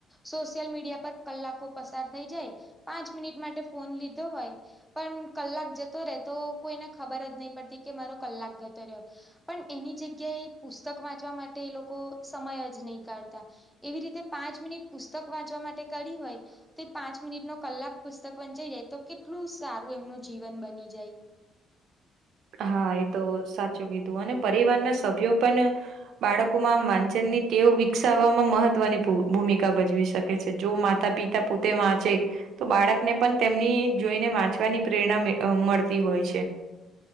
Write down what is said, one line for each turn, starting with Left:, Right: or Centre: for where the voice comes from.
Centre: સોશિયલ મીડિયા પર કલાકો પસાર થઈ જાય પાંચ મિનિટ માટે ફોન લીધો હોય પણ કલાક જતો રહેે તો કોઈને ખબર જ નહી પડતી કે મારો કલાક જતો રહ્યો પણ એની જગ્યાએ પુસ્તક વાંચવા માટે એ લોકો સમય જ નહીં કાઢતા એવી રીતે પાંચ મિનિટ પુસ્તક વાંચવા માટે કરી હોય તે પાંચ મિનિટ નો કલાક પુસ્તક વંચાઈ જાય તો કેટલું સારું એમનું જીવન બની જાય <inaudible>
Right: હા એ તો સાચું કીધું અને પરિવારના સભ્યો પણ બાળકોમાં આમ વાંચન ની ટેવ વિકસાવવામાં મહત્વની ભૂમિકા ભજવી શકે છે જો માતા પિતા પોતે વાંચે તો બાળકને પણ તેમની જોઈને વાંચવાની પ્રેરણા મળતી હોય છે